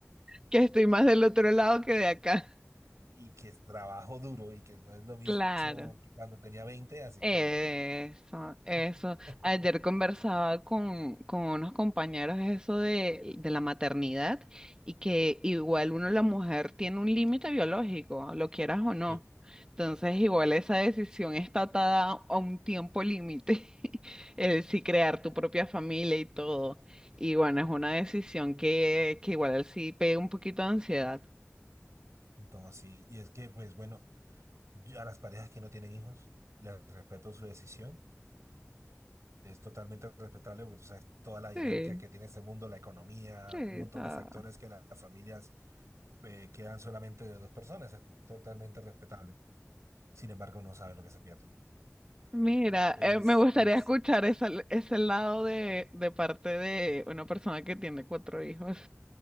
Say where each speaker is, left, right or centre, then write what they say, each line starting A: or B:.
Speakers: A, on the right (about 15°); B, on the right (about 70°).
A: que estoy más del otro lado que de acá.
B: y que trabajo duro y que no es lo mismo
A: Claro,
B: que cuando tenía veinte así
A: eso,
B: que...
A: eso.
B: <laughs>
A: Ayer conversaba con, con unos compañeros eso de, de la maternidad y que igual uno, la mujer, tiene un límite biológico, lo quieras o no.
B: Sí.
A: Entonces, igual esa decisión está atada a un tiempo límite, <laughs> el si crear tu propia familia y todo. Y bueno, es una decisión que, que igual sí pega un poquito de ansiedad.
B: No, sí, y es que, pues bueno, Yo a las parejas que no tienen hijos, les respeto su decisión. Es totalmente respetable porque tú sabes toda la dinámica
A: Sí,
B: que tiene este mundo, la economía,
A: sí, está.
B: un montón de factores que las familias eh, quedan solamente de dos personas. Es totalmente respetable. Sin embargo, no sabes lo que se pierden.
A: Mira,
B: Es,
A: eh, me gustaría
B: es...
A: escuchar esa- ese lado de, de parte de una persona que tiene cuatro hijos.